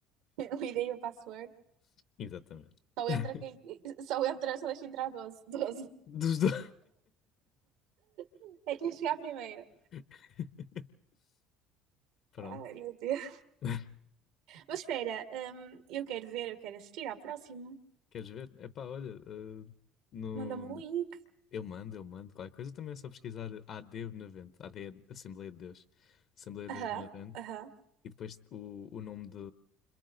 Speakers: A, on the right (about 80°); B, on the left (about 55°).
A: eu ideia e <laughs> o password,
B: Exatamente.
A: só
B: <laughs>
A: entra quem, só entra, só deixa entrar doze doze
B: Dos dois.
A: <laughs> É quem chegar primeiro.
B: <laughs> Pronto.
A: Ai, meu Deus.
B: <laughs>
A: Mas espera, hum, eu quero ver, eu quero assistir à próxima.
B: Queres ver? Epá, olha, eh, no...
A: Manda-me o link.
B: eu mando, eu mando, qualquer coisa também é só pesquisar a AD 90, AD, Assembleia de Deus. Assembleia
A: Aham,
B: de Deus de 90.
A: aham.
B: E depois o, o nome de,